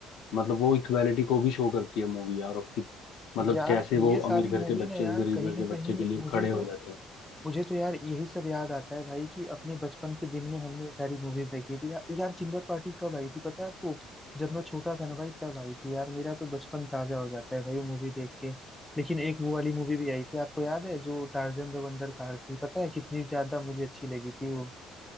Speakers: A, on the left; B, in the centre.
A: मतलब वो इक्वालिटी को भी शो करती है मूवी यार और कि, मतलब
B: यार
A: कैसे वो
B: ये सारी
A: अमीर घर
B: मूवी
A: के बच्चे
B: ने यार
A: और गरीब
B: कहीं
A: घर
B: ना
A: के
B: कहीं
A: बच्चे के लिए
B: मुझे
A: खड़े हो
B: तो
A: जाते हैं
B: मुझे तो यार यही सब याद आता है भाई कि अपने बचपन के दिन में हमने ये सारी मूवीज देखी थी या, यार चिल्लर पार्टी कब आई थी पता है आपको जब मैं छोटा था ना भाई तब आई थी यार मेरा तो बचपन ताजा हो जाता है भाई वो मूवी देख के लेकिन एक वो वाली मूवी भी आई थी आपको याद है जो टार्जन द वंडर कार थी पता है कितनी ज्यादा मुझे अच्छी लगी थी वो